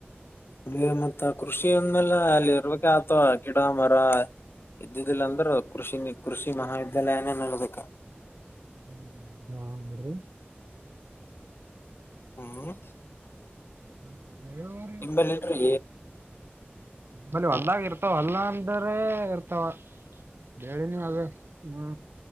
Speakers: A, on the left (about 60°); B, on the right (about 65°).
A: ಅ ಮತ್ತ ಕೃಷಿ ಅಂದ್ಮೇಲೆ ಅಲ್ಲಿ ಇರ್ಬೇಕ ಆತವ ಗಿಡ ಮರ ಇದ್ದುದಿಲ್ಲಾಂದ್ರರು ಕೃಷ ಕೃಷಿ ಮಹಾವಿದ್ಯಾಲಯನೇ ನೋಲ್ಬೇಕ
B: ಹ್ಮ್ ಬಾ ಆಗ್ಬಿಡ್ರಿ
A: ಹ್ಮ್
B: ಹ್ಮ ಅವರ
A: ನಿಂಬಲ್ಲಿ ಇಲ್ರಿ
B: ನಮ್ಮಲ್ಲಿ ಹೊಲ್ಲದಾಗ ಇರ್ತವ ಹೊಲ್ಲ ಅಂದ್ರೆ ಇರ್ತವ ಹೇಳಿ ನೀವ ಆದ ಹ್ಮ್